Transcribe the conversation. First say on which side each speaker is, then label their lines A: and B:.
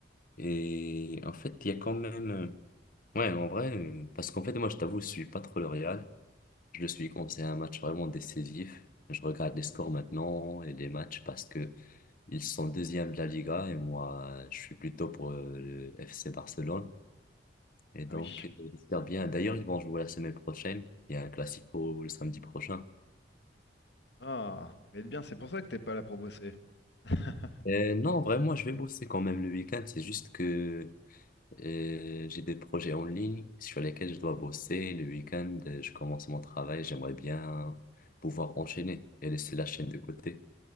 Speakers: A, on the left; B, on the left.
A: Et, en fait, il y a quand même. euh, Ouais, en vrai, euh, parce qu'en fait, moi, je t'avoue, je suis pas trop le Real. Je le suis quand c'est un match vraiment décisif. Je regarde les scores maintenant et les matchs parce que ils sont deuxième de la Liga et moi, je suis plutôt pour euh, le FC Barcelone. Et
B: Ah
A: donc,
B: oui.
A: euh, j'espère bien. D'ailleurs, ils vont jouer la semaine prochaine. Il y a un classico le samedi prochain.
B: Ah, il va être bien, c'est pour ça que t'es pas là pour bosser. <laughs>
A: Euh, non, vraiment, je vais bosser quand même le week-end. C'est juste que euh, j'ai des projets en ligne sur lesquels je dois bosser. Le week-end, euh, je commence mon travail. J'aimerais bien pouvoir enchaîner et laisser la chaîne de côté.